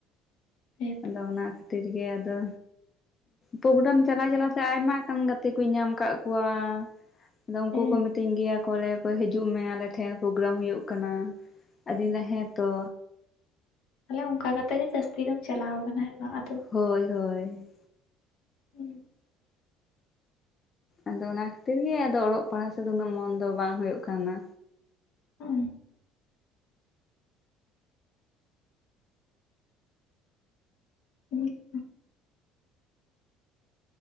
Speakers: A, on the left (about 70°); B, on the left (about 35°).
A: ᱦᱮᱸ᱾
B: ᱟᱫᱚ ᱚᱱᱟ ᱠᱷᱟᱹᱛᱤᱨ ᱜᱮ ᱟᱫᱚ ᱯᱳᱜᱨᱟᱢ ᱪᱟᱞᱟᱣ ᱪᱟᱞᱟᱣᱛᱮ ᱟᱭᱢᱟ ᱠᱟᱱ ᱜᱟᱛᱮ ᱠᱩᱧ ᱧᱟᱢ ᱠᱟᱫ ᱠᱚᱣᱟ᱾ ᱟᱫᱚ ᱩᱱᱠᱩ
A: ᱦᱮᱸ
B: ᱠᱚ ᱢᱤᱛᱟᱹᱧ ᱜᱮᱭᱟ ᱠᱚ ᱞᱟᱹᱭᱟ ᱠᱚ ᱦᱤᱡᱩᱜ ᱢᱮ ᱟᱞᱮ ᱴᱷᱮᱱ ᱯᱳᱜᱨᱟᱢ ᱦᱩᱭᱩᱜ ᱠᱟᱱᱟ᱾ ᱟᱹᱫᱤᱧ ᱞᱟᱹᱭ ᱟ ᱦᱮᱸᱛᱚ᱾
A: ᱛᱟᱦᱚᱞᱮ ᱚᱝᱠᱟ ᱠᱟᱛᱮ ᱜᱮ ᱡᱟᱹᱥᱛᱤ ᱫᱚᱢ ᱪᱟᱞᱟᱣ ᱠᱟᱱᱟ ᱦᱮᱸᱵᱟᱝ ᱟᱫᱚ᱾
B: ᱦᱳᱭ ᱦᱳᱭ᱾
A: ᱦᱩᱸ᱾
B: ᱟᱫᱚ ᱚᱱᱟ ᱠᱷᱟᱛᱤᱨ ᱜᱮ ᱟᱫᱚ ᱚᱲᱚᱜ ᱯᱟᱲᱦᱟᱣ ᱥᱮᱫ ᱩᱱᱟᱹᱜ ᱢᱚᱱ ᱫᱚ ᱵᱟᱝ ᱦᱳᱭᱳᱜ ᱠᱟᱱᱟ᱾
A: ᱚ᱾ <unintelligible>